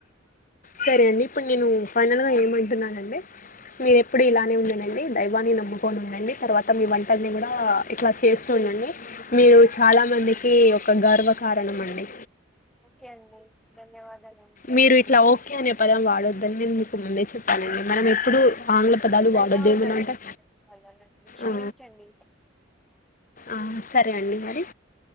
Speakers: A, on the left (about 40°); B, in the centre.
A: సరే అండి ఇప్పుడు నేను ఫైనల్గా ఏమంటున్నానండే మీరేప్పుడు ఇలానే ఉండండండి దైవాన్ని నమ్ముకొని ఉండండి తర్వాత మీ వంటల్ని కూడా ఆ ఇట్లా చేస్త్ అండి మీరు చాలా మందికి ఒక గర్వ కారణం అండి
B: ఓకే అండి ధన్యవాదాల్
A: మీరు ఇట్ల ఓకే అనే పదం వాడొద్దని నేను మీకు ముందే చెప్పానండి మనం ఎప్పుడు ఆంగ్ల పదాలు
B: ధన్యవాదాలండి
A: వాడద్దేమన్న అంటే
B: క్షమించండి
A: ఆ ఆ సరే అండి మరి